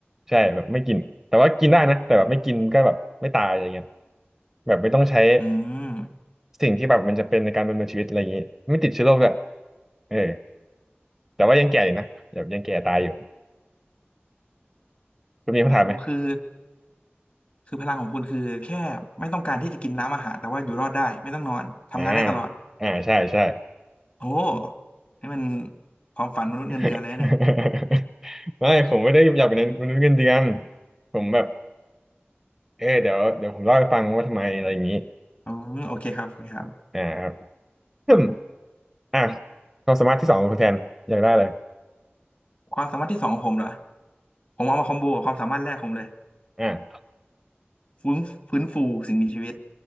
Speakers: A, in the centre; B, on the left.
A: ใช่แบบไม่กินแต่ว่ากินได้นะแต่แบบไม่กินก็แบบไม่ตายอะไรเงี้ยแบบไม่ต้องใช้
B: อืม
A: สิ่งที่แบบมันจะเป็นในการดำเนินชีวิตอะไรอย่างนี้ไม่ติดเชื้อโรคด้วยเออแต่ว่ายังแก่อยู่นะแบบยังแก่ตายอยู่คุณมีคำถามไหม
B: อ๋อคือคือพลังของคุณคือแค่ไม่ต้องการที่จะกินน้ำอาหารแต่ว่าอยู่รอดได้ไม่ต้องนอนทำงานได้ตลอด
A: อ่าอ่าใช่ใช่
B: โอ้นี่มันความฝันมนุษย์เงินเดือนเลยนะเนี่ย
A: <laughs> ไม่ผมไม่ได้อยากเป็นมนุษย์เงินเดือนผมแบบเออเดี๋ยวเดี๋ยวผมเล่าให้ฟังว่าทำไมอะไรอย่างนี้
B: อืมโอเคครับโอเคครับ
A: อ่าครับอืมอ่ะความสามารถที่สองของคุณแทนอยากได้เลย
B: ความสามารถที่สองของผมเหรอผมเอามาคอมโบกับความสามารถแรกผมเลย
A: อ่า
B: ฟื้นฟื้นฟูสิ่งมีชีวิต